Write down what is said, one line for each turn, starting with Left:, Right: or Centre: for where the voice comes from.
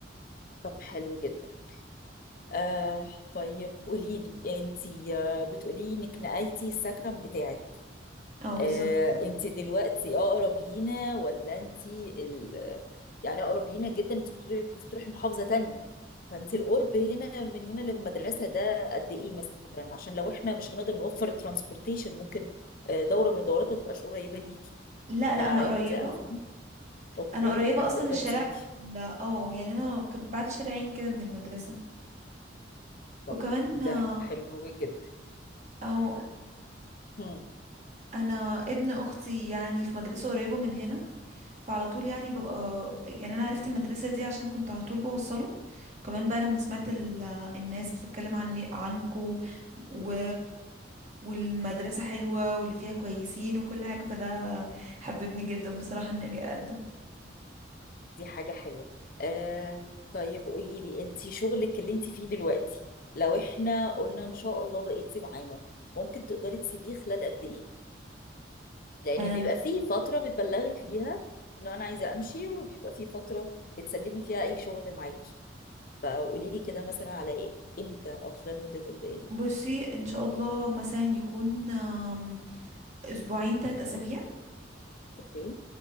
Left: طب حلو جدا آه طيب قولي لي أنتي آه، بتقولي إنك نقلتي السكن بتاعك
Right: اه بالظبط
Left: آه، انت دلوقتي اقرب لينا ولا انت ال... يعني اقرب لينا جدا انت بتقولي كنت بتروحي محافظة تانية فانت القرب هنا من هنا للمدرسة ده قد ايه مثلا عشان لو احنا مش هنقدر نوفر الترانسبورتيشن ممكن آه، دورة من الدورات ما تبقاش قريبة ليكي
Right: لا
Left: فعايزة
Right: لا انا قريبة
Left: افهم اوكي
Right: انا قريبة
Left: يعني
Right: اصلا
Left: تقدري
Right: الشارع
Left: تيجي
Right: لا اه يعني انا كم- بعد شارعين كده من المدرسة
Left: طب
Right: وكمان
Left: ده
Right: آه،
Left: حلو جدا
Right: او
Left: آه،
Right: انا ابن اختي يعني في مدرسه قريبه من هنا فعلى طول يعني ببقى يعني انا عرفت المدرسه دي عشان كنت على طول بوصله كمان بقى لما سمعت ال... الناس بتتكلم عن عنكو و... والمدرسه حلوه واللي فيها كويسين وكل حاجه فده حببني جدا بصراحه اني اجي اقدم
Left: دي حاجة حلوة آه طيب قولي لي انتي شغلك اللي انتي فيه دلوقتي لو احنا قلنا ان شاء الله بقيتي معانا ممكن تقدري تسيبيه خلال قد ايه لان
Right: أم،
Left: بيبقى فيه فترة بتبلغي فيها ان انا عايزة امشي وبيبقى فيه فترة بتسلمي فيها اي شغل معاكي فقولي لي كده مثلا على ايه امتى او خلال مدة قد ايه
Right: بصي ان شاء الله مثلا يكون أم، اسبوعين ثلاث اسابيع
Left: اوكي